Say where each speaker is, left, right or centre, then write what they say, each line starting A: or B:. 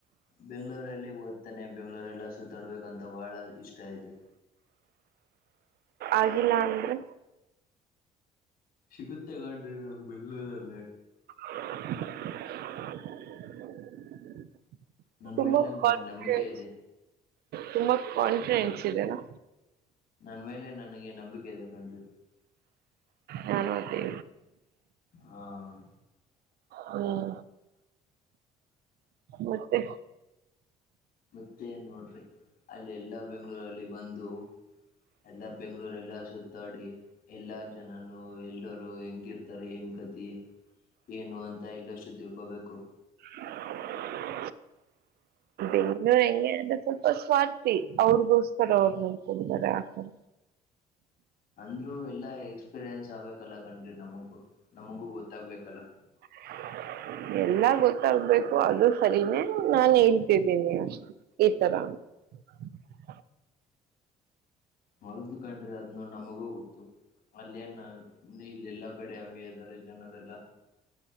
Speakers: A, on the left; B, on the right.
A: ಬೆಂ್ಳೂರಲ್ಲಿ ಓದ್ತಾನೆ ಬೆಂಗ್ಳೂರಲ್ಲಿ ಸುತ್ತಾಡ್ಬೇಕಂತ ಅಂತ ಬಹಳ ಇಷ್ಟ ಇದೆ <inaudible>
B: ಆಗಿಲ್ಲ ಅಂದ್ರೆ
A: ಸಿಗುತ್ತೆಗೊಂಡ್ರಿ ನಂಗ್ ಬೆಂಗ್ಗಳೂರಲ್ಲೇ
B: <inaudible> <unintelligible>
A: ನನ್
B: ತುಂಬ
A: ಮೇಲೆ ನಂಗೆ
B: ಕಾನ್ಫಿಡೆನ್ಸ್
A: ನಂಬಿಕೆ ಇದೆ
B: ತುಂಬಾ ಕಾನ್ಫಿಡೆಂಸ್ ಇದೆನಾ
A: ನನ್ ಮೇಲೆ ನನಗೆ ನಂಬಿಕೆ ಇದೆ ಕಂಡ್ರೀ
B: ನಾನ ಅದೇ
A: ಹಾ
B: ಹ್ಮ ಮತ್ತೆ
A: ಮತ್ತೆನ್ ನೋಡ್ರಿ ಅಲ್ಲಿ ಎಲ್ಲಾ ಬೆಂಗ್ಗಳೂರಲ್ಲಿ ಬಂದು ಎಲ್ಲಾ ಬೆಂಗ್ಳೂರ್ ಎಲ್ಲ ಸುತ್ತಾಡಿ ಎಲ್ಲಾ ಜನನು ಎಲ್ಲರುೂ ಹೆಂಗಿರ್ತಾರೆ ಏ ಸಂತಿ ಏನು ಅಂತ ಇಲ್ಲಷ್ಟು ತಿಳ್ಕೋಬೇಕು
B: <inaudible> ಇನ್ನುೂ ಹೆಂಗೆ ಅಂದ್ರೆ ಸ್ವಲ್ಪ ಸ್ವಾರ್ಥಿ ಅವ್ರಗೋಸ್ತರ ಅವ್ರ ನ ಕೊಡತಾರೆ ಆತರ
A: ಅಂದ್ರು ಎಲ್ಲಾ ಎಕ್ಸ್ಪೀರಿಯನ್ಸ್ ಆಗ್ಬೇಕಲ್ಲ ಕಣ್ರಿ ನಮಗು ನಮಗೂ ಗೊತ್ತಾಗಬೇಕಲ್ಲ
B: <unintelligible> ಎಲ್ಲ ಗೊತ್ತಾಗಬೇಕು ಅದು ಸರಿನೇ ನಾನ ಹೇಳ್ತಿದ್ದೀನಿ ಅಷ್ಟ ಈ ತರ ಹ
A: ಹೌ್ದ ಕಂಡ್ರಿ ಅದನ್ನು ನಮಗ ಹೋಗುತ್ತತ್ತು ಅಲ್ಲೇನ ಇಲ್ಲ ಎಲ್ಲಾ ಕಡೆ ಹಂಗೆ ಇದ್ದಾರೆ ಜನರೆಲ್ಲಾ